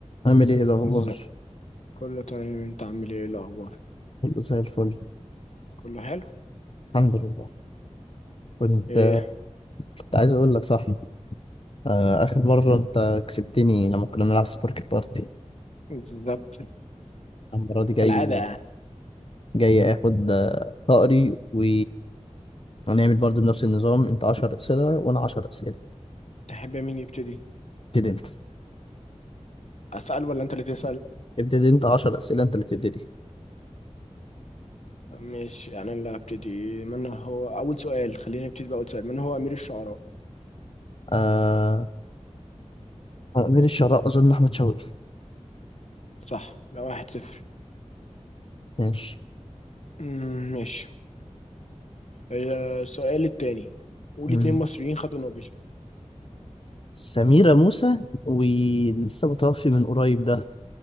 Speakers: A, on the left; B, on the left.
A: عامل ايه الاخبار
B: ازاي كله تمام انت عامل ايه إيه الاخبار
A: كله زي الفل
B: كله حلو
A: الحمد لله كنت
B: ايه
A: كنت عايز اقول لك صح آه، اخر مره
B: مم.
A: انت كسبتني لما كنا بنلعب سبورك بارتي
B: بالظبط
A: المره دي جاي
B: <laughs> كالعاده يعني
A: جاي اخد آه، ثأري و... ونعمل برضو بنفس النظام انت 10 اسئله وانا 10 اسئله
B: تحب مين يبتدي
A: ابتدي انت
B: اسال ولا انت اللي تسال
A: ابتدي انت 10 اسئله انت اللي تبتدي
B: مش انا اللي هبتدي من هو اول سؤال خلينا نبتدي باول سؤال من هو امير الشعراء
A: آه... امير الشراء اظن احمد شوقي
B: صح يبقى واحد صفر
A: ماشي
B: مم، ماشي اه، السؤال التاني قول
A: مم.
B: اتنين مصريين خدوا نوبل
A: سميرة موسى ولسه متوفي من قريب ده